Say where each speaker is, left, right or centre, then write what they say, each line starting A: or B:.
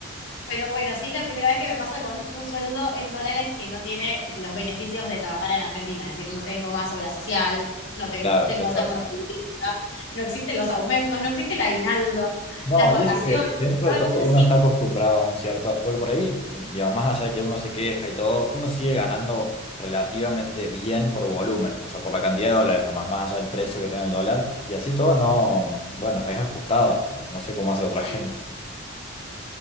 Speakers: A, on the left (about 65°); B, on the left (about 30°).
A: Pero bueno, sí es la primera vez que me pasa con un sueldo en dólares que no tiene los beneficios de trabajar en Argentina. Es decir, no tengo más obra social, no tengo,
B: Claro,
A: tengo
B: exacto.
A: que ser monotributista, no existen los aumentos, no existe el aguinaldo,
B: No,
A: las vacaciones.
B: y eso que dentro
A: Las
B: de todo
A: vacaciones
B: uno
A: sí,
B: está acostumbrado a un cierto, porque por ahí, digamos, más allá de que uno se queja y todo, uno sigue ganando relativamente bien por volumen, o sea, por la cantidad de dólares, nomás más allá del precio que tenga el dólar, y así todo no, bueno, es ajustado, no sé cómo hace otra
A: sí.
B: <laughs> gente.